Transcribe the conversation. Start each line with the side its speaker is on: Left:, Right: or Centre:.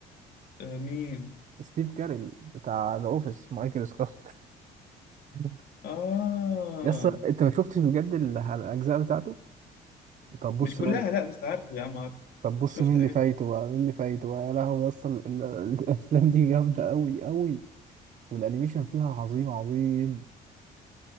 Left: آه مين
Right: ستيف كاريل بتاع ذا أوفيس مايكل سكوت <laughs>
Left: اه
Right: يس أنت ما شفتش بجد ال- الأجزاء بتاعته؟ طب بص
Left: مش كلها
Right: بقى
Left: لا بس عارفه يا عم عارفه
Right: طب بص
Left: شفت
Right: مين اللي
Left: حاجات
Right: فايته بقى مين اللي فايته بقى يا لهوي يس ال- ال- <laughs> الأفلام دي جامدة أوي أوي والأنيميشن فيها عظيم عظيم